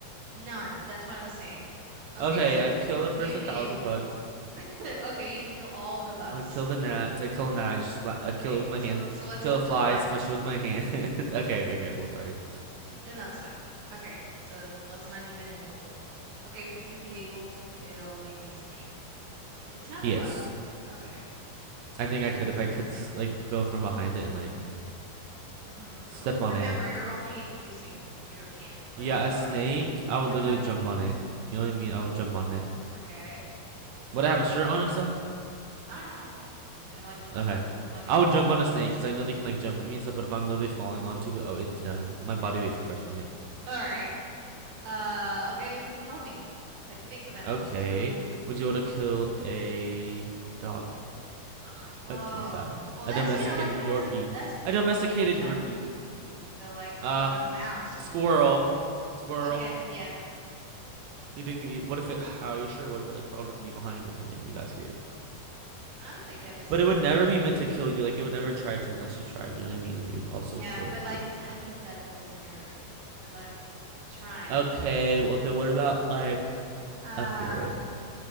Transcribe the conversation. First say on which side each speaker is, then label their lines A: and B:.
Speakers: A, on the right (about 65°); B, on the right (about 85°).
A: None. That's what I'm saying. Okay,
B: Okay,
A: so
B: I'd kill the first
A: you'd
B: 1,000
A: be able
B: bugs.
A: <laughs> okay, you'd kill all the bugs.
B: I'd kill the gnats. I kill a gnat. I just sla- I
A: Okay,
B: kill it with my
A: so
B: hands.
A: so let's
B: Kill
A: go
B: a
A: to
B: fly.
A: the mammals.
B: Smash it with my hand. <laughs> okay, okay, yeah, well, sorry.
A: <clears throat> And that's fine. Okay, so let's not even involve. Okay, would you be able to kill maybe a snake? It's not
B: Yes,
A: a bug. Okay.
B: I think I could if I could like go from behind it and like
A: Mm-hmm. It's
B: step
A: all,
B: on
A: remember
B: it.
A: you're only using your hands, like
B: Yeah,
A: your body.
B: a snake. I would
A: You don't
B: literally
A: have any
B: jump
A: tools.
B: on it. You know what I mean? I would jump on it.
A: Okay.
B: Would I have a shirt on and stuff?
A: I don't know. I mean like
B: Okay.
A: like
B: I
A: a normal
B: would jump on a snake
A: snake.
B: because I know they can like jump at me and stuff, but if I'm literally falling onto it, oh, it's done. My body weight's crushing it.
A: All right. Uh, okay, lem help me. Like think of animals
B: Okay.
A: as well.
B: Would you want to kill a dog? <laughs>
A: Oh,
B: That's so sad.
A: well,
B: A
A: that's
B: domesticated
A: you know, like that's
B: Yorkie.
A: a that's
B: A domesticated
A: a big jump.
B: Yorkie.
A: Though, like
B: Ugh.
A: from a mouse
B: Squirrel.
A: to a dog.
B: Squirrel.
A: Okay, yeah.
B: You didn't. You, what if it? How are you sure? What if it like crawled up you behind or something? And You got scared.
A: I don't think I'd be scared
B: But it would never
A: of it.
B: be meant to kill you. Like it would never try to unless you tried. You know what I mean? And you'd also
A: Yeah,
B: kill
A: but
B: it before.
A: like it's a hypothetical scenario. Or like trying.
B: Okay. Okay. What about like
A: Uh,
B: a ferret?